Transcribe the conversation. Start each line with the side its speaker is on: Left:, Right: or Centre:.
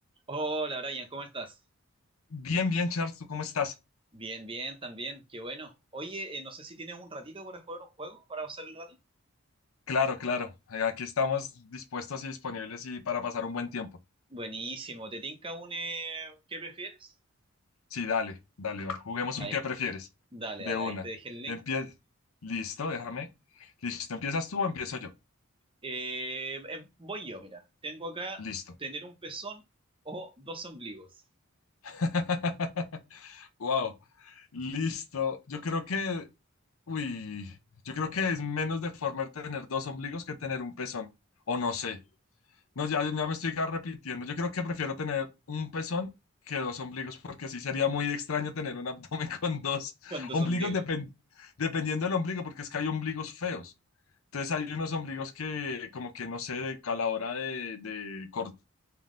Right: Hola Brian, ¿cómo estás?
Left: Bien, bien, Charles, ¿tú cómo estás?
Right: Bien, bien, también, qué bueno. Oye, eh, no sé si tienes un ratito para jugar un juego, para pasar el rato.
Left: Claro, claro. eh, Aquí estamos dispuestos y disponibles y para pasar un buen tiempo.
Right: Buenísimo, ¿te tinca un eh, qué prefieres?
Left: Sí, dale, dale, va, Juguemos
Right: Ahí,
Left: un qué prefieres.
Right: dale,
Left: De
Right: dale,
Left: una.
Right: ahí te dejé el link.
Left: Empie... Listo, déjame. Listo, ¿empiezas tú o empiezo yo?
Right: Eh, eh, voy yo, mira, tengo acá
Left: Listo.
Right: tener un pezón o dos ombligos.
Left: <laughs> Wow. Listo. Yo creo que, uy, yo creo que es menos deforme tener dos ombligos que tener un pezón. O no sé. No, ya, ya me estoy repitiendo. Yo creo que prefiero tener un pezón que dos ombligos, porque sí sería muy extraño tener un abdomen <laughs> con dos
Right: Con dos
Left: ombligos,
Right: ombligos.
Left: depen- dependiendo del ombligo, porque es que hay ombligos feos. Entonces hay unos ombligos que como que no sé, a la hora de, de cortar